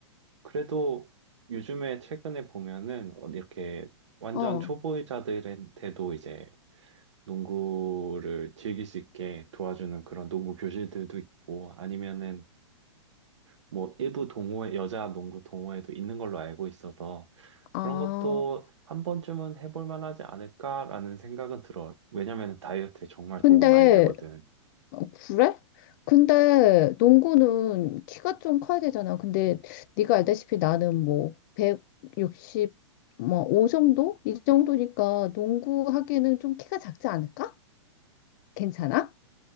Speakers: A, on the right; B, on the left.
A: 그래도 요즘에 최근에 보면은 어, 이렇게 완전
B: 어,
A: 초보자들한테도 이제 농구를 즐길 수 있게 도와주는 그런 농구 교실들도 있고 아니면은 뭐 일부 동호회, 여자 농구 동호회도 있는 걸로 알고 있어서
B: 아,
A: 그런 것도 한 번쯤은 해볼 만하지 않을까라는 생각은 들어. 왜냐면 다이어트에 정말
B: 근데,
A: 도움 많이 되거든.
B: 어, 그래? 근데 농구는 키가 좀 커야 되잖아. 근데 네가 알다시피 나는 뭐, 160, 뭐, 5 정도? 이 정도니까 농구 하기에는 좀 키가 작지 않을까? 괜찮아?